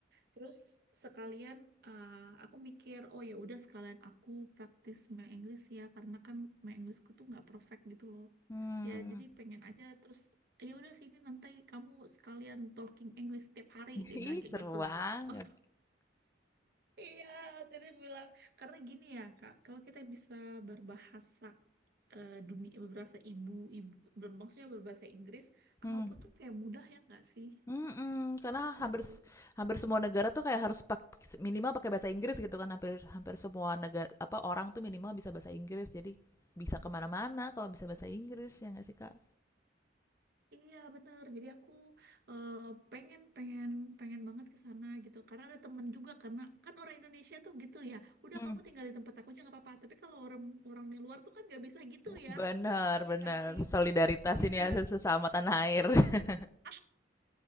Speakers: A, on the right; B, on the left.
A: Terus sekalian eh, aku mikir, oh ya udah sekalian aku praktis my English ya karena kan my Englishku tuh nggak perfect gitu loh.
B: Mmm,
A: Ya jadi pengen aja terus ya udah sini nanti kamu sekalian talking English setiap hari
B: <laughs>
A: dia bilang
B: ih,
A: kayak
B: seru
A: gitu.
B: banget.
A: <laughs> Oh iya, jadi aku bilang karena gini ya Kak, kalau kita bisa berbahasa eh, dunia berbahasa ibu, ibu ber- maksudnya berbahasa Inggris
B: Mhm.
A: apapun tuh kayak mudah ya nggak sih?
B: Mhm, karena
A: nggak
B: hampir
A: terlalu
B: s hampir semua negara tuh kayak harus pak minimal pakai bahasa Inggris gitu kan, hampir hampir semua negara apa, orang tuh minimal bisa bahasa Inggris, jadi bisa kemana mana kalau bisa bahasa Inggris, ya nggak sih, Kak?
A: Iya bener. Jadi aku eh, pengen pengen pengen banget ke sana gitu. Karena ada temen juga karena kan orang Indonesia tuh gitu ya. Udah
B: Mmm.
A: kamu tinggal di tempat aku aja nggak apa-apa. Tapi kalau orang orang di luar tuh kan nggak bisa gitu ya.
B: Bener
A: Ya
B: bener,
A: nggak sih?
B: <laughs> solidaritas
A: Iya.
B: ini ya se sesama tanah air. <laughs>
A: <laughs>